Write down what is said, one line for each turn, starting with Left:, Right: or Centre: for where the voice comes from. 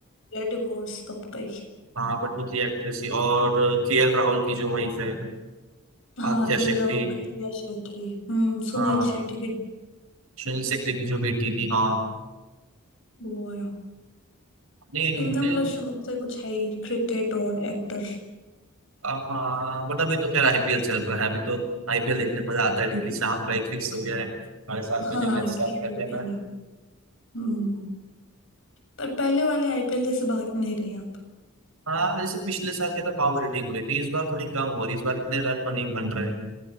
Left: या डिवोर्स कब गई
Right: हाँ बट वो थी एक्ट्रेस ही और के एल राहुल की जो वाइफ है
Left: हाँ
Right: आद्या
Left: खेल
Right: शेट्टी
Left: राहुल अथलिया शेट्टी हम्म सुनील
Right: हाँ
Left: शेट्टी की
Right: सुनील शेट्टी की जो बेटी थी हाँ
Left: वो है
Right: नहीं इनके
Left: इनका मतलब शुरू से कुछ है ही क्रिकेट और एक्टर
Right: आ, हाँ बट अभी तो खैर आईपीएल चल रहा है अभी तो आईपीएल देखने में मजा आता है डेली शाम का एक फिक्स हो गया है हमारे साथ में
Left: हाँ
Right: मैच स्टार्ट
Left: कि
Right: कर
Left: आईपीएल
Right: देना है
Left: है हम्म पर पहले वाले आईपीएल जैसे बात नहीं रही अब
Right: हाँ जैसे पिछले साल क्या था पावर हिटिंग हो रही थी इस बार थोड़ी कम हो रही है इस बार इतने रन नहीं बन
Left: हम्म,
Right: रहे